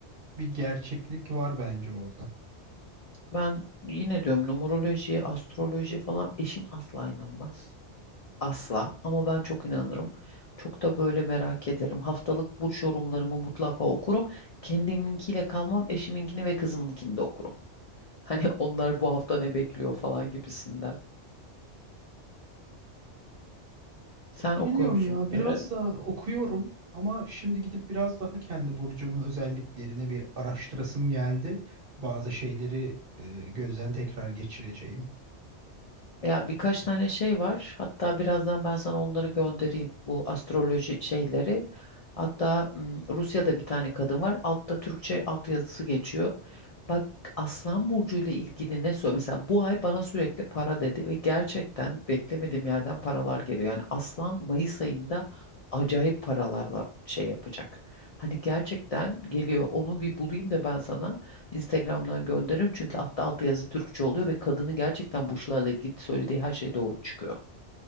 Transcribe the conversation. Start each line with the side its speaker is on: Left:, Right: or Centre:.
Right: bir gerçeklik var bence orada.
Left: Ben yine diyorum numeroloji, astroloji falan eşim asla inanmaz. Asla ama ben çok inanırım. Çok da böyle merak ederim. Haftalık burç yorumlarımı mutlaka okurum. Kendiminkiyle kalmam, eşiminkini ve kızımınkini de okurum. Hani <laughs> onlar bu hafta ne bekliyor falan gibisinden. Sen okuyor
Right: Bilmiyorum
Left: musun
Right: ya
Left: bunları?
Right: biraz da okuyorum ama şimdi gidip biraz daha kendi burcumun özelliklerini bir araştırasım geldi. Bazı şeyleri e, gözden tekrar geçireceğim.
Left: Ya birkaç tane şey var. Hatta birazdan ben sana onları göndereyim. Bu astroloji şeyleri. Hatta m, Rusya'da bir tane kadın var. Altta Türkçe altyazısı geçiyor. Bak Aslan Burcu ile ilgili ne söylüyor? Mesela bu ay bana sürekli para dedi ve gerçekten beklemediğim yerden paralar geliyor. Yani Aslan Mayıs ayında acayip paralarla şey yapacak. Hani gerçekten geliyor. Onu bir bulayım da ben sana Instagram'dan gönderirim çünkü altta alt yazı Türkçe oluyor ve kadının gerçekten burçlarla ilgili söylediği her şey doğru çıkıyor.